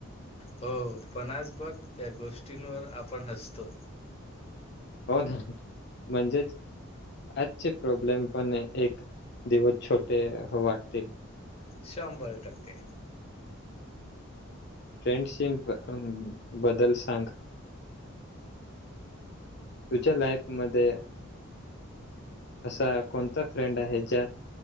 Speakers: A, on the left (about 30°); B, on the left (about 55°).
A: हो, पण आज बघ त्या गोष्टींवर आपण हसतो.
B: हो ना, म्हणजेच आजचे प्रॉब्लेम पण एक दिवस छोटे वाटतील.
A: शंभर टक्के.
B: फ्रेंडशिप बदल बद्दल सांग? तुझ्या लाईफ मध्ये असा कोणता फ्रेंड आहे ज्या